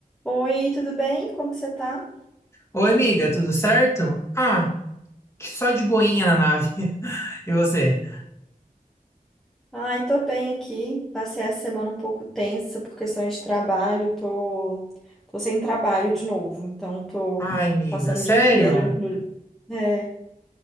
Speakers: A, in the centre; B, on the left.
A: Oi, tudo bem? Como que você tá?
B: Oi, amiga, tudo certo? Ah, só de boinha na nave. <laughs> E você?
A: Ai, tô bem aqui. Passei a semana um pouco tensa por questões de trabalho. Tô, tô sem trabalho de novo, então tô
B: Ai, amiga,
A: passando
B: sério?
A: o dia inteiro no... é,